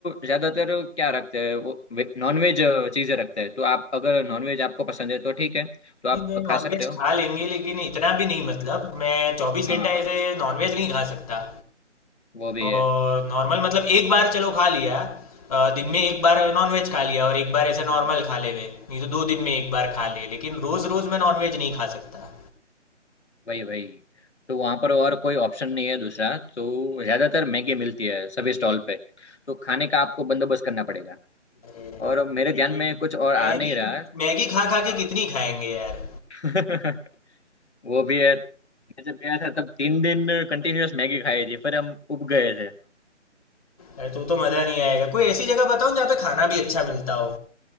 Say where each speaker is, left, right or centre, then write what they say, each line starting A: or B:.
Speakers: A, on the left; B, on the left.
A: ज्यादातर क्या रखते हैं वो नॉनवेज चीजें रखते हैं तो आप अगर नॉनवेज आपको पसंद है तो ठीक है तो आप
B: नहीं मैं नॉनवेज
A: खा सकते हो
B: खा लेंगे लेकिन इतना भी नहीं मतलब मैं चौबीस
A: हाँ
B: घंटा ऐसे नॉनवेज नहीं खा सकता
A: वो भी
B: और
A: है
B: नॉर्मल मतलब एक बार चलो खा लिया अ, दिन में एक बार नॉनवेज खा लिया और एक बार ऐसे नॉर्मल
A: हाँ
B: खा ले वे, नहीं तो दो दिन में एक बार खा ले लेकिन रोज रोज मैं नॉनवेज नहीं खा सकता
A: वही वही तो वहाँ पर और कोई ऑप्शन नहीं है दूसरा तो ज्यादातर मैगी मिलती है सभी स्टॉल पे तो खाने का आपको बंदोबस्त करना पड़ेगा
B: अरे यार
A: और मेरे
B: मैगी
A: ध्यान में कुछ और आ
B: मैगी
A: नहीं रहा है
B: मैगी खा खा
A: हाँ
B: के कितनी खाएंगे यार
A: <laughs> वो भी है मैं जब गया था तब तीन दिन कंटिन्यूअस मैगी खाई थी फिर हम उब गए थे
B: अरे तो तो मज़ा नहीं आएगा कोई ऐसी जगह बताओ जहाँ पे खाना भी अच्छा मिलता हो